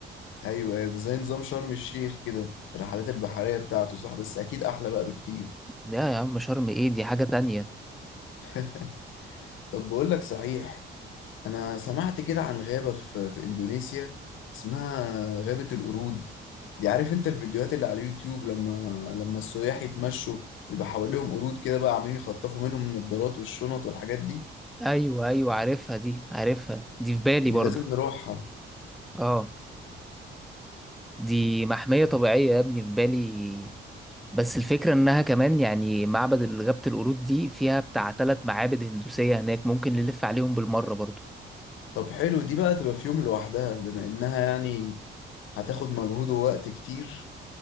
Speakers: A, on the left (about 85°); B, in the centre.
A: ايوه ايوه ده زي نظام شرم الشيخ كده الرحلات البحرية بتاعته صح بس اكيد احلى بقى بكتير
B: لا يا عم شرم ايه دي حاجة تانية
A: <laughs> طب بقول لك صحيح أنا سمعت كده عن غابة في, في إندونيسيا اسمها غابة القرود دي عارف أنت الفيديوهات اللي على اليوتيوب لما لما السياح يتمشوا بيبقى حواليهم قرود كده بقى عاملين يخطفوا منهم النضارات والشنط والحاجات دي
B: ايوه ايوه عارفها دي عارفها دي في بالي
A: دي
B: برضو
A: لازم نروحها
B: اه دي محمية طبيعية يا ابني في بالي بس الفكرة إنها كمان يعني معبد غابة القرود دي فيها بتاع تلات معابد هندوسية هناك ممكن نلف عليهم بالمرة برضو
A: طب حلو دي بقى تبقى في يوم لوحدها بما إنها يعني هتاخد مجهود ووقت كتير